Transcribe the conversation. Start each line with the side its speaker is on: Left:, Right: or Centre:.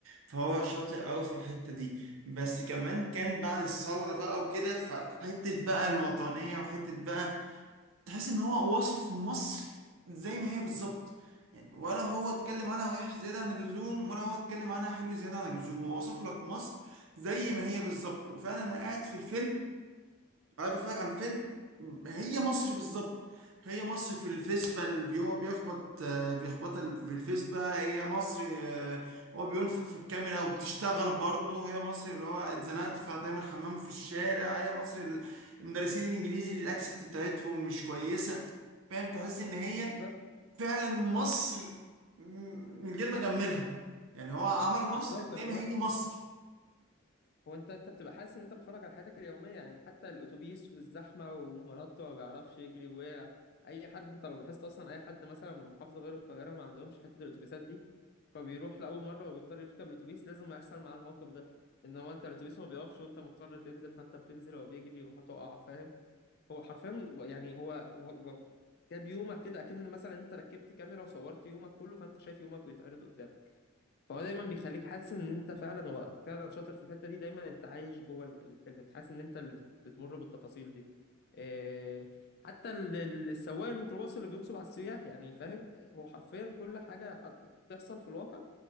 Right: فهو شاطر قوي في الحته دي بس كمان كان بعد الثوره بقى وكده فحته بقى الوطنيه وحته بقى تحس ان هو وصف مصر زي ما هي بالظبط يعني ولا هو اتكلم عنها وحش زيادة عن اللزوم ولا هو اتكلم عنها حلو زيادة عن اللزوم هو وصف لك مصر زي ما هي بالظبط وفعلا انا قاعد في الفيلم قاعد بتفرج على الفيلم هي مصر بالظبط هي مصر في الفيسبا اللي بي- هو بيخبط آه، بيخبطها في الفيسبا هي مصر آه، هو بينفخ في الكاميرا وبتشتغل برضه هي مصر اللي هو اتزنقت فهتعمل حمام في الشارع هي مصر ال- المدرسين الانجليزي اللي الاكسنت بتاعتهم مش كويسه فاهم تحس ان هي
Left: بالظبط
Right: فعلا مصر م- من غير ما اجملها يعني هو عمل مصر
Left: بالظبط
Right: زي
Left: انا بقولك
Right: ما هي مصر
Left: هو انت انت بتبقى حاسس ان انت بتتفرج على حياتك اليوميه يعني حتى الاتوبيس والزحمه ومنطه ما بيعرفش يجري ووقع اي حد انت لو لاحظت اصلا اي حد مثلا من محافظه غير القاهره ما عندهمش حته الاتوبيسات دي فبيروح لاول مره وبيضطر يركب الاتوبيس لازم يحصل معاه الموقف ده ان هو انت الاتوبيس ما بيقفش وانت مضطر تنزل فانت بتنزل وهو بيجري وهتقع فاهم هو حرفيا يعني هو هو- هو جاب يومك كده اكن مثلا انت ركبت كاميرا وصورت يومك كله فانت شايف يومك بيتعرض قدامك فهو دايما بيخليك حاسس ان انت فعلا هو فعلا شاطر في الحته دي دايما انت عايش جوه ال- الفيلم انت حاسس ان انت اللي بت- بتمر بالتفاصيل دي إيه، حتى ال- ال- السواق الميكروباص اللي بينصب على السياح يعني فاهم هو حرفيا كل حاجه ح- بتحصل في الواقع